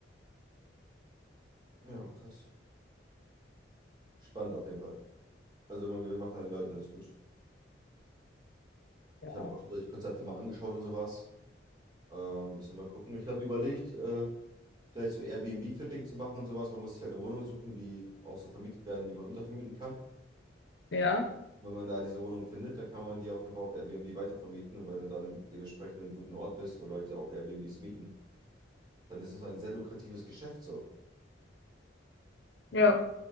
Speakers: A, on the right; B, on the left.
A: Ja, krass. Spannend auf jeden Fall. Also wenn man Gewinn macht an den Leuten, dann ist gut. Ich
B: Ja,
A: habe mir auch schon solche Konzepte mal angeschaut und sowas. Ähm, müssen wir mal gucken. Ich habe überlegt, äh, vielleicht so Airbnb-Flipping zu machen und sowas. Man muss sich halt eine Wohnung suchen, die auch so vermietet werden, die man untervermieten kann.
B: ja,
A: wenn man da diese Wohnung findet, dann kann man die auf jeden Fall auf Airbnb weitervermieten. Und wenn du dann im, dementsprechend im guten Ort bist, wo Leute auch Airbnbs mieten, dann ist es ein sehr lukratives Geschäft so.
B: ja,